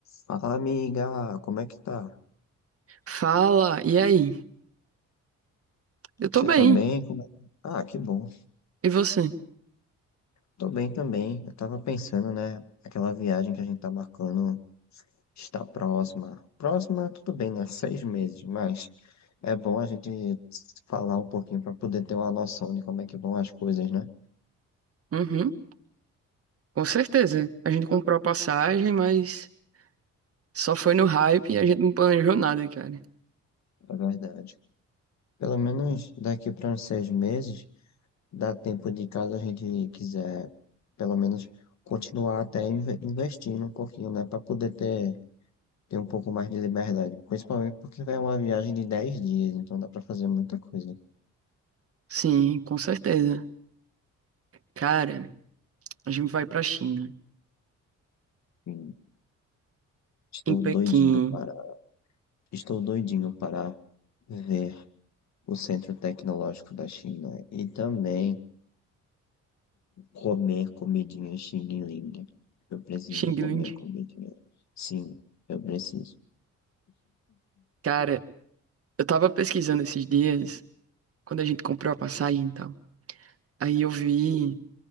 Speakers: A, on the left (about 65°); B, on the right (about 50°).
A: Fala, amiga, Ah, como é que tá?
B: Fala, e aí? Eu
A: Você
B: tô bem.
A: tá bem? Como é que... Ah, que bom.
B: E você?
A: Tô bem também. Eu tava pensando, né? Aquela viagem que a gente tá marcando está próxima. Próxima, tudo bem, né? <laughs> Seis meses, mas é bom a gente falar um pouquinho pra poder ter uma noção de como é que vão as coisas, né?
B: Uhum, com certeza. A gente comprou a passagem, mas só foi no hype e a gente não planejou nada, cara.
A: Na verdade. Pelo menos daqui para uns seis meses, dá tempo de caso a gente quiser, pelo menos, continuar até inve- investindo um pouquinho, né? Pra poder ter ter um pouco mais de liberdade, principalmente porque é uma viagem de 10 dias, então dá para fazer muita coisa.
B: Sim, com certeza. Cara, a gente vai pra China,
A: E estou
B: em Pequim,
A: doidinho para, estou doidinho para ver o Centro Tecnológico da China e também comer comidinha Xing Ling. Eu preciso
B: Xinglin.
A: comer comidinha. Sim, eu preciso.
B: Cara, eu tava pesquisando esses dias, quando a gente comprou a passagem e tal. Aí eu vi